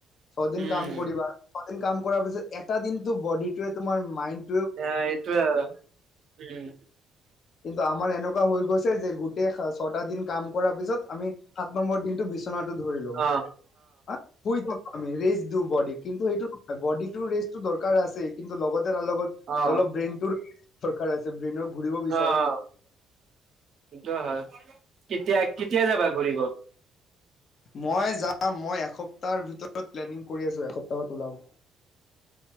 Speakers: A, on the left (about 55°); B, on the right (about 55°).
A: ছয়দিন
B: উম
A: কাম কৰিবা, ছয়দিন কাম কৰাৰ পিছত, এটা দিনতটো বডিটোৱে তোমাৰ মাইণ্ড
B: অ' এইটোৱে আৰু, উম
A: কিন্তু আমাৰ এনেকুৱা হৈ গৈছে যে গোটেই ছটা দিন কাম কৰা পিছত আমি সাত নম্বৰ দিনটো বিচনাটো ধৰিলেও,
B: অ
A: অ' শুই থাকোঁ আমি ৰেষ্ট দিও বডিক কিন্তু সেইটো হয় বডিটো ৰেষ্টটো দৰকাৰ আছে কিন্তু লগত আৰু তাৰ লগত
B: অ
A: অলপ ব্ৰেইনটোৰ দৰকাৰ আছে ব্ৰেইনক ঘূৰিব বিচা
B: অ', সেইটোৱ হয়। কেতিয়া-কেতিয়া যাবা ঘূৰিব?
A: মই যাম মই এসপ্তাহৰ ভিতৰত প্লেনিং কৰি আছোঁ এসপ্তাহত ওলাম।